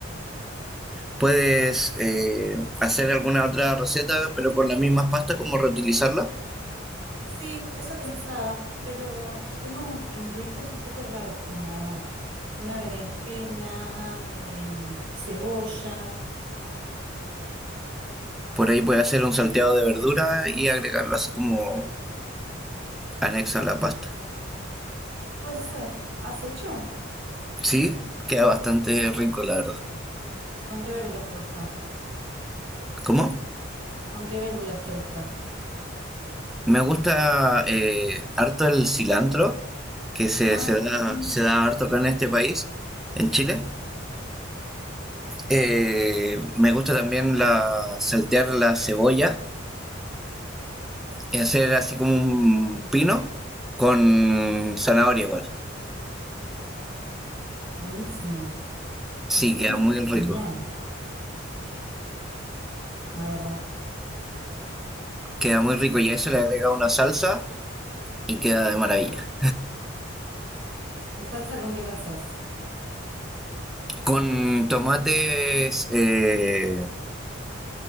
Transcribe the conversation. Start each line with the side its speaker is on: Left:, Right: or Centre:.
Centre: ¿Puedes eh, hacer alguna otra receta, pero con las mismas pastas, como reutilizarla?
Right: Sí, eso pensaba, pero tengo ingredientes un poco raros como una berenjena, em, cebolla.
Centre: Por ahí puedes hacer un salteado de verdura y agregarlo así como anexo a la pasta.
Right: Puede ser. ¿Has hecho?
Centre: Sí, queda bastante rico, la verdad.
Right: ¿Con qué verduras te gusta?
Centre: ¿Cómo?
Right: ¿Con qué verduras te gusta?
Centre: Me gusta eh, harto el cilantro, que se,
Right: Ay,
Centre: se da,
Right: mm,
Centre: se da harto acá en este país, en Chile. Eh, me gusta también la, saltear la cebolla Y hacer así como un pino con zanahoria igual.
Right: buenísimo.
Centre: Sí,
Right: El cilantro
Centre: queda muy
Right: es
Centre: rico.
Right: genial, la verdad.
Centre: Queda muy rico y a eso le agrega una salsa y queda de maravilla.
Right: ¿Y salsa con qué la haces?
Centre: Con tomates eh,